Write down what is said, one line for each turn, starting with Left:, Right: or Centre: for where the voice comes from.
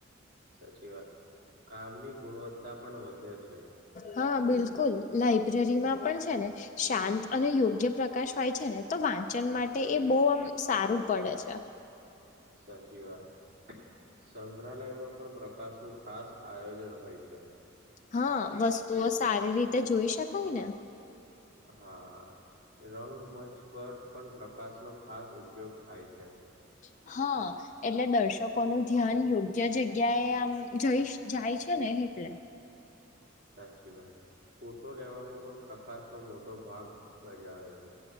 Right: સાચી વાત કામની ગુણવત્તા પણ વધે છે
Left: હા બિલકુલ લાઈબ્રેરી માં પણ છે ને શાંત અને યોગ્ય પ્રકાશ હોય છે ને તો વાંચન માટે એ બહુ આમ સારું પડે છે
Right: સાચી વાત સંગ્રહાલયમાં પણ પ્રકાશ નું ખાસ આયોજન હોય છે
Left: હા વસ્તુઓ સારી રીતે જોઈ શકાય ને
Right: હા રંગ મંચ પર પણ પ્ર આકાશનો ખાસ ઉપયોગ થાય છે
Left: હા એટલે દર્શકો નું ધ્યાન યોગ્ય જગ્યાએ આમ જઈ જાય છે ને એટલે
Right: સાચી વાત ફોટો લેવામાં પણ પ્રકાશનો મોટો ભાગ બજાવે છે